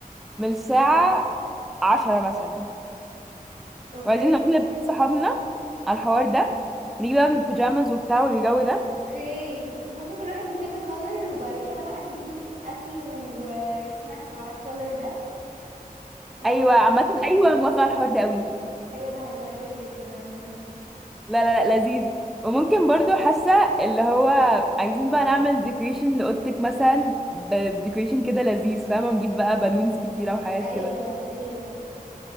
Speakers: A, in the centre; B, on the right.
A: من الساعة 10 مثلا
B: اوكي
A: وعايزين نقول صحابنا على الحوار ده نيجي بقى بالبيجامز وبتاع والجو ده
B: اوكي ممكن كل واحد يبيك كولر وبعد كده بقى نجيب اكل وسناكس على الكولر ده وايوه
A: ايوه عامة ايوه موافقة على الحوار ده قوي
B: ده هيبقى روش جدا عامة
A: لا لا لا لذيذ وممكن برضو حاسة اللي هو عايزين بقى نعمل ديكوريشن لأوضتك مثلا بديكوريشن كده لذيذ فاهمة ونجيب بقى بالونز كتيرة وحاجات
B: ايوه
A: كده
B: ايوه